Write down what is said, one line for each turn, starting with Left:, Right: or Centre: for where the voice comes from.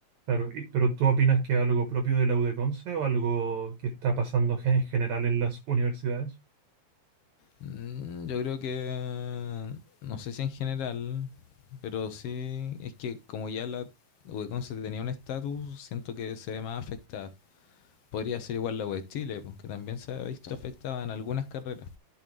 Right: Claro, y- pero ¿tú opinas que es algo propio de la UdeConce o algo que está pasando gen- en general en las universidades?
Left: Mm, Yo creo que, no sé si en general, pero sí, es que como ya la UECON tenía un estatus, siento que se ve más afectada. Podría ser igual la UE Chile, po, que también se ha visto afectada en algunas carreras.